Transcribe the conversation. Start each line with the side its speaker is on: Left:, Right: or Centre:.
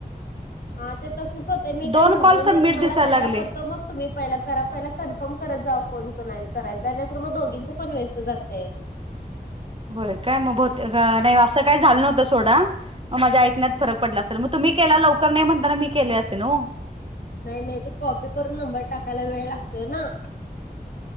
Left: हा ते तसच होते मी
Right: दोन
Left: काय म्हणलो
Right: कॉल सबमिट
Left: मी तुम्हाला
Right: दिसायला
Left: पहिला
Right: लागले
Left: करतो मग तुम्ही पहिला करा पहिला कन्फर्म करत जा कोण कोण करायचं आणि नतर मग दोघींचं पण वेस्ट जातय
Right: होय काय मग होते नाही असं काय झालं नव्हतं सोडा मग माझ्या ऐकण्यात फरक पडला असेल मग तुम्ही केला लवकर नाही म्हणताना मी केले असेल न हो
Left: नाही नाही ते कॉपी करून नंबर टाकायला वेळ लागतोय ना